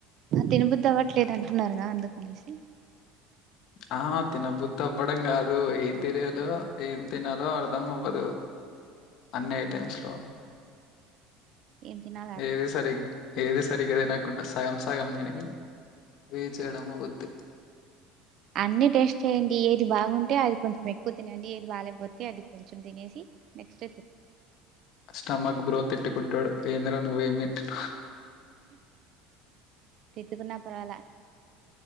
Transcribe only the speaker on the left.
ఆ తినబుద్ధి అవ్వడం కాదు ఏం తినలో ఏం తినాలో అర్ధం అవ్వదు అన్ని ఐటెమ్స్ లో
ఏది సరే ఏది సర్ సరిగాదనకుండా సగ సగం తిని వేస్ట్ చేయడం అవుద్ది
స్టొమక్ బ్రో తిట్టుకుంటాడు ఏంద్ర నువ్వేమి తింటు